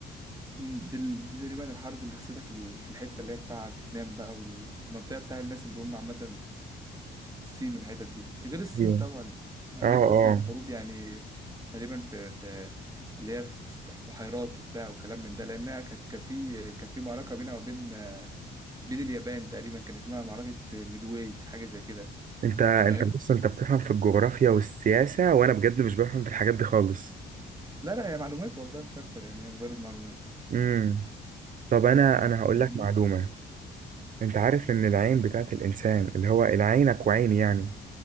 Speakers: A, on the right; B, on the right.
A: مم، دي, ال- دي تقريبا الحرب اللي خسيتها في ال- في الحتة اللي هي بتاع فيتنام بقى والمنطقة بتاع الناس اللي هم عامة الصين والحتت دي غير الصين
B: دي.
A: طبعا أمريكا
B: اه
A: خسرت
B: اه
A: حروب يعني في تقريبا في, في اللي هي في في بح- بحيرات وبتاع وكلام من ده لأنها كانت كان في كان في معركة بينها وبين آه، بين اليابان تقريبا كان اسمها معركة ميدواي حاجة زي كده
B: انت انت
A: فاهم؟
B: بص انت بتفهم في الجغرافيا والسياسة وانا بجد مش بفهم في الحاجات دي خالص
A: لا لا هي معلومات والله مش أكتر يعني هي مجرد معلومات
B: امم طب انا انا هقول
A: فاهمني؟
B: لك معلومة انت عارف ان العين بتاعت الانسان اللي هو عينك وعيني يعني